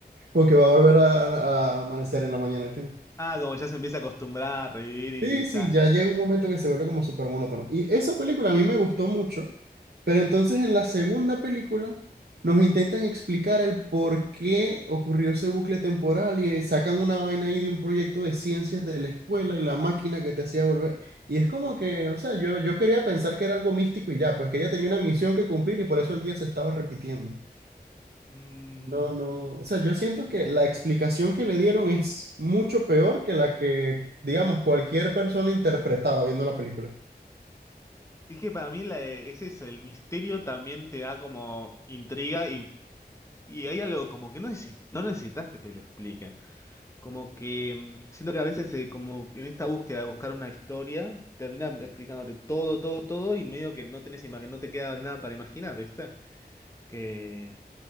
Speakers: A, on the right; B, on the left.
A: porque va a volver a, a amanecer en la mañana, ¿entiendes?
B: Ah, como ya se empieza a acostumbrar a revivir y
A: Sí,
B: ya,
A: sí,
B: ya.
A: ya llega un momento que se vuelve como súper monótono. Y esa película a mí me gustó mucho, pero entonces en la segunda película nos intentan explicar el por qué ocurrió ese bucle temporal y eh, sacan una vaina ahí de un proyecto de ciencias de la escuela y la máquina que te hacía volver. Y es como que, o sea, yo, yo quería pensar que era algo místico y ya, pues que ella tenía una misión que cumplir y por eso el día se estaba repitiendo.
B: Mm,
A: No, no, o sea, yo siento que la explicación que le dieron es mucho peor que la que, digamos, cualquier persona interpretaba viendo la película.
B: es que para mí la, es eso, el misterio también te da como intriga y, y hay algo como que no, necesi- no necesitas que te lo expliquen. Como que mm, siento que a veces eh, como en esta búsqueda de buscar una historia, terminan explicándote todo, todo, todo y medio que no tenés imagen, no te queda nada para imaginar, ¿viste? Que